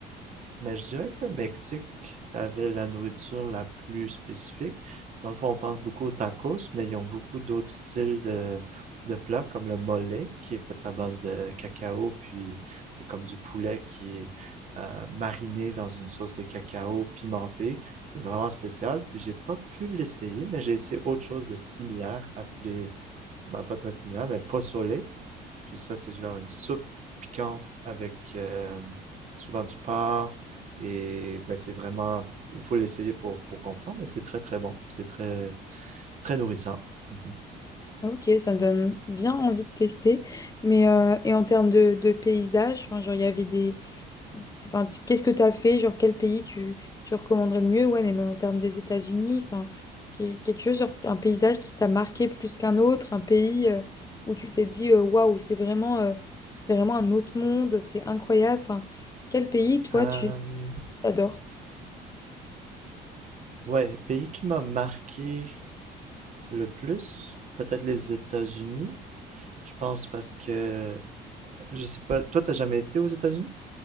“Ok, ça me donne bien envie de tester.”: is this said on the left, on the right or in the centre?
Left